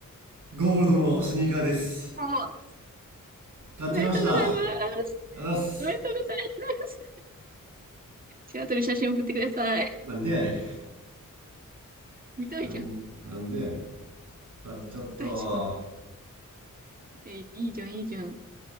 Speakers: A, on the right; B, on the right.
A: ゴールドのスニーカーです
B: もう、
A: 買っちゃいましたありがとう
B: おめでとうございます。
A: ございます
B: おめでとうございます。シアトル写真送ってください。
A: なんでやれ
B: 見たいじゃん。
A: なんなんでやれ買っちゃったわ
B: 見たいじゃん。え、いいじゃん、いいじゃん。